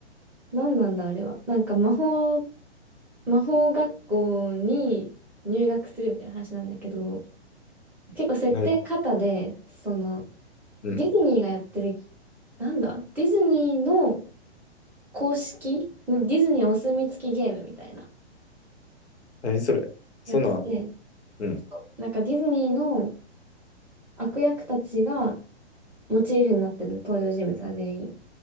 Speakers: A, in the centre; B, on the left.
A: 何なんだあれは。なんか魔法、魔法学校に入学するみたいな話なんだけど、結構設定型で、
B: なに、
A: その、
B: うん。
A: ディズニーがやってる、なんだ、ディズニーの公式、んディズニーお墨付きゲームみたいな
B: 何それそんな、
A: やつで、
B: うん。
A: なんかディズニーの悪役たちがモチーフになってる登場人物が全員。